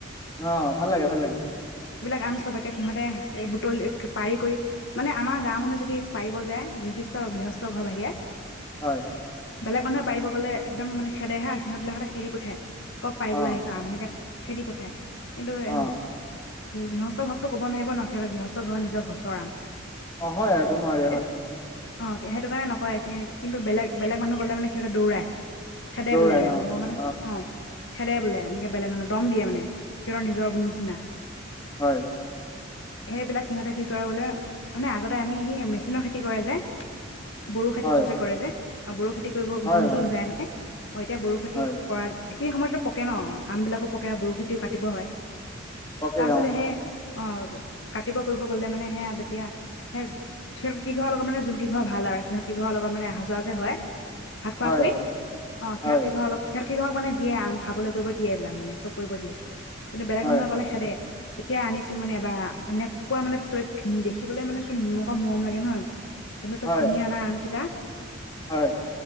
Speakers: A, on the left; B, on the left.
A: অ' ভাল লাগে ভাল লাগে।
B: গাম চবকে সিহঁতে এ বুটলি পাৰি কৰি মানে আমাৰ গাও মানুহে যদি পাৰিব যায় নিৰ্দিষ্ট গৃহস্থ ঘৰ বাহিৰে।
A: হয়।
B: বেলেগ মানুহে পাৰিব গ'লে একদম মানে খেদে হা সিহঁতবিলাকে খেদি পঠীই কত পাৰিবলৈ
A: অ
B: আহিছা আম সেনেক খেদি পঠায়। কিন্তু
A: অ
B: এ গৃহস্থ ঘৰতটো ক'ব নোৱাৰিব ন সিহঁত গৃহস্থ ঘৰ নিজৰ গছৰ আম।
A: অ' হয় একো নহয় দে
B: সেইটো অ' সেইটো কাৰণে নকয় কিন্তু বেলেগ বেলেগ মানুহ গলে মানে সিহঁতে দৌৰাই। খেদে
A: দৌৰাই
B: বোলে হে
A: অ
B: মই মানে
A: অ
B: খেদে বোলে এনেকে বেলেগ মানহে দম দিয়ে মানে সিহঁতৰ নিজৰ বুলি নিচিনা।
A: হয়।
B: সেইবিলাক সিহঁতে কি কৰে বোলে মানে আগতে আমি ই মেচিনৰ খেতি কৰে যে বড়ো খেতিটো
A: হয়
B: যে কৰে যে আ বড়ো খ কৰিব
A: হয়
B: যোন
A: হয়
B: যোন যায় মানে অ এতিয়া বৰো খেতি
A: হয়
B: কৰাত এইখিনি সময়ো পকে ন আমবলাকো পকে বৰো খেতিও কাটিব হয়।
A: পকে
B: তাৰপিছত
A: অ
B: সে অ কাটিব কৰিব গলে মানে সেয়া তেতিয়া সে সিহঁত কিঘৰৰ লগত মানে যোন কি ঘৰ ভাল আৰু সিহঁত কি ঘৰ লগত মানে অহা যোৱা যে হয় ভাত খোৱাকই
A: হয়
B: অ সিহত
A: হয়
B: ঘৰ অলপ সিহঁত কেই ঘৰক মানে দিয়ে আম খাবলৈ কৰিব দিয়ে এইিলাক মানে চব কৰিব দিয়ে। কিন্তু বেলেগ
A: হয়
B: মানুহে গলে খেদে। তেতিয়া আনিছিল মানে এবাৰ এনেকুৱা মানে তই ধুন দেখিবলৈ মানে তোৰ এনেকুৱা মৰম লাগে নহয়। ত তো
A: হয়
B: কিনি আনা আম কেইটা
A: হয়।